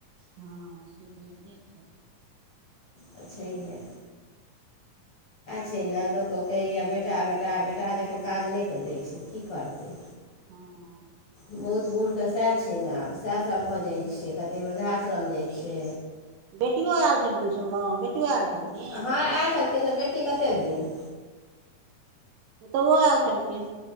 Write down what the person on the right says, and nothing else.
हँ से तऽ हेते छै
हँ
से
से तऽ
छैहे
बेटियो आयल छलखिन सुनलहुँ बेटियो आयल छलखिन
ओतहु आयल छलखिन